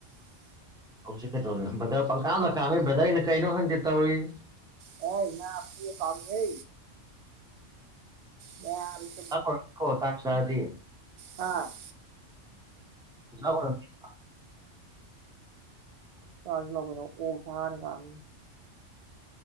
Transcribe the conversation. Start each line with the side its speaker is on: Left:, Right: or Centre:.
Centre: ꯍꯧꯖꯤꯛ ꯀꯩꯗꯧꯔꯤꯒꯦ ꯕ꯭ꯔꯗꯔ ꯄꯪꯀꯥꯝꯗ ꯀꯥꯝꯃꯤ ꯕ꯭ꯔꯗꯔ ꯑꯩꯅ ꯀꯩꯅꯣ ꯈꯪꯗꯦ ꯇꯧꯔꯤꯖꯦ
Right: ꯍꯩꯕ ꯅꯥꯕ ꯑꯣꯛ ꯀꯥꯝꯃꯤꯍꯦ ꯅꯌꯥꯝꯕ
Centre: ꯆꯨꯖꯥꯛ ꯑꯣꯏꯔꯝꯅꯤꯀꯣ ꯇꯥꯟ ꯆꯥꯔꯗꯤ
Right: ꯑ
Centre: ꯆꯨꯖꯥꯛ ꯑꯣꯏꯔꯝꯅꯤꯕ
Right: ꯆꯥꯔꯁꯤ ꯂꯥꯛꯑꯣ ꯀꯩꯅꯣ ꯑꯣꯛꯁꯥꯅꯤ ꯀꯥꯝꯃꯤꯁꯦ